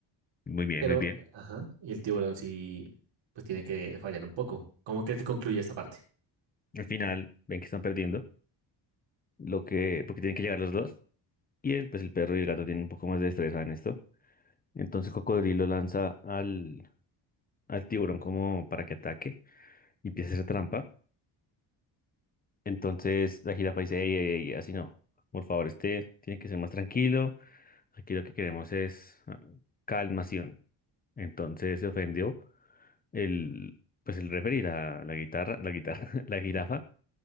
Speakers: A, on the left; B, on the right.
A: Muy bien,
B: Pero,
A: muy bien.
B: ajá, y el tiburón sí, pues tiene que fallar un poco. ¿Cómo crees que concluye esta parte?
A: Al final ven que están perdiendo, lo que, porque tienen que llegar los dos. Y el, pues el perro y el gato tienen un poco más de destreza en esto. Entonces Cocodrilo lanza al, al tiburón como para que ataque y empieza a hacer trampa. Entonces la jirafa dice, ey, ey, ey, así no. Por favor, este tiene que ser más tranquilo. Aquí lo que queremos es ah, calmación. Entonces se ofendió el, pues el referir a la guitarra, la guitarra, <laughs> la jirafa.